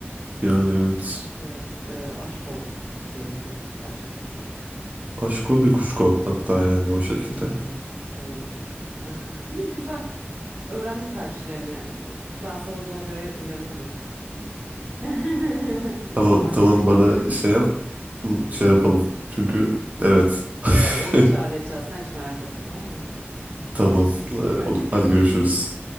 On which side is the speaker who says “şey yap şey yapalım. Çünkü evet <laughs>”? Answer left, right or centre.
Right